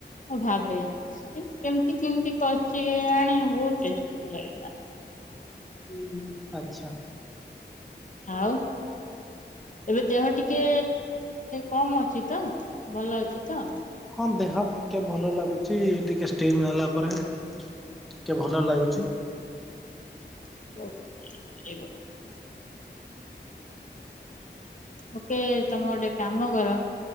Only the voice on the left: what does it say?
ହଁ ଭାବେ ସେ କେମ୍ କେମତି କେମତି କରିଚି କେଜାଣି ବୋହୁତ୍ ଟେଷ୍ଟି ଲାଗିଲା। ହୁଁ।
ଆଉ ଏବେ ଦେହ ଟିକେ କମ୍ ଅଛି ତ ଭଲ ଅଛି ତ।
<unintelligible> ଓକେ ତମେ ଗୋଟେ କାମ କର।